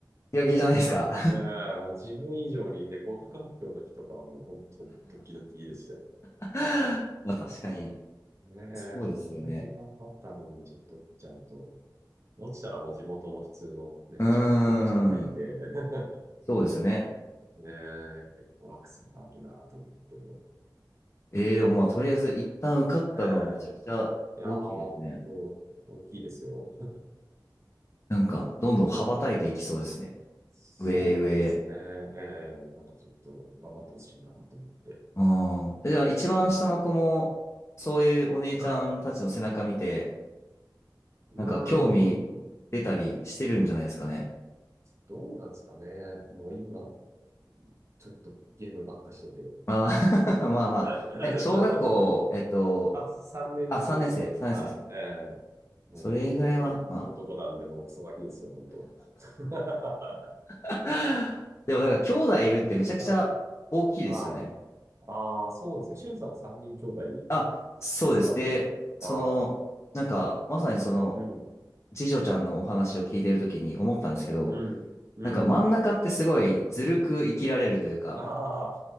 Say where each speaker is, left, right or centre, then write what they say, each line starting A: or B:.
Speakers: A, on the left (about 35°); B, on the right (about 35°).
A: 気が気じゃないですか。
B: うん、もう自分以上にね、合格発表の日とかはもう本当ドキドキでしたよ。
A: <laughs> まあ確かに、
B: ねえ、
A: そうですよね。
B: あんだけ頑張ったのにちょっと落ちちゃうと、落ちたらもう地元の普通のね、
A: うーん、
B: 中学校行くしかないんで、<laughs>
A: そうですよね。
B: ねえ、結構落差があるなと思って。
A: えー、でもまあとりあえず一旦受かったのはめちゃくちゃ大きいですね。
B: ええ、いやー、本当大きいですよ。
A: なんか、
B: <laughs>
A: どんどん羽ばたいていきそうですね。
B: うん、なんかそうですね。
A: 上へ上へ。
B: ええ、なんかちょっと頑張ってほしいなと思って。
A: うん。じゃあ一番下の子も、
B: うん。
A: そういうお姉ちゃんたちの背中見て、
B: はい。
A: なんか興味
B: うん。
A: 出たりしてるんじゃないですかね。
B: どうなんですかね。もう今、ちょっとゲームばっかしてて。
A: あー <laughs> まあまあ。
B: <laughs>
A: え、小学校、えっと、
B: あ、3年生ですね。
A: あ、3年生、3年生ですよね。
B: はい。ええうん、
A: それぐらいは、
B: もう男、
A: まあ、
B: 男なんで、もうクソガキですよ、本当 <laughs>
A: <laughs> でもなんか兄弟いるってめちゃくちゃ大きいですよね。
B: そうはい。はい。ああ、そうですね。しゅんさんも3人兄弟
A: あ、そうです。
B: ですか、
A: で、
B: 全部。
A: その、
B: ああ、
A: なんかまさにその
B: うん、
A: 次女ちゃんのお話を聞いてるときに思ったんですけど、
B: うん、うん。
A: なんか真ん中ってすごいずるく生きられるというか、
B: ああ、